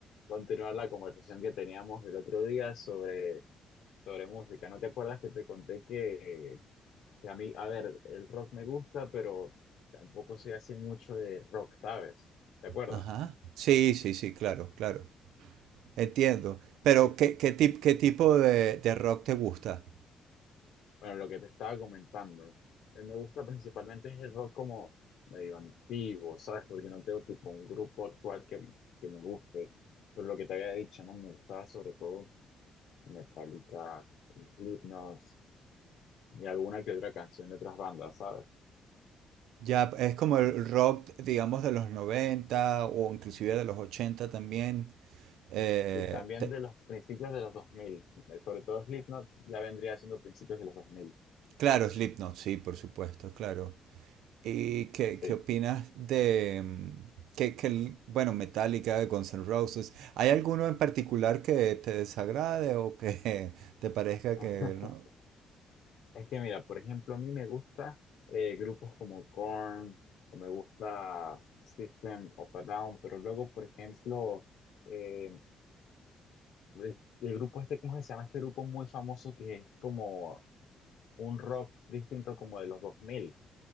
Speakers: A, on the left; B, on the right.
A: continuar la conversación que teníamos el otro día sobre, sobre música. ¿No te acuerdas que te conté que, que a mí, a ver, el rock me gusta, pero tampoco soy así mucho de rock, ¿sabes? ¿Te acuerdas?
B: Ajá. Sí, sí, sí, claro, claro. Entiendo. Pero,
A: Sí.
B: ¿qué, qué, tip- qué tipo de, de rock te gusta?
A: Bueno, lo que te estaba comentando. A mí me gusta principalmente es el rock como medio antiguo, ¿sabes? Porque no tengo tipo un grupo actual que, que me guste. Pero lo que te había dicho, ¿no? Me gustaba sobre todo. Metallica, Slipknot y alguna que otra canción de otras bandas, ¿sabes?
B: Ya es como el rock, digamos, de los 90 o inclusive de los 80 también. Eh,
A: Sí, también
B: te-
A: de los principios de los 2000, eh, sobre todo Slipknot ya vendría siendo principios de los 2000.
B: Claro, Slipknot, sí, por supuesto, claro. ¿Y qué,
A: sí.
B: qué opinas de mm, que, que el- bueno, Metallica, Guns N' Roses? ¿Hay alguno en particular que te desagrade o que <laughs> te parezca
A: <laughs>
B: que no?
A: Es que mira, por ejemplo, a mí me gusta eh, grupos como Korn, o me gusta System of a Down, pero luego, por ejemplo, eh, el, el grupo este, ¿cómo se llama? Este grupo muy famoso que es como un rock distinto como de los 2000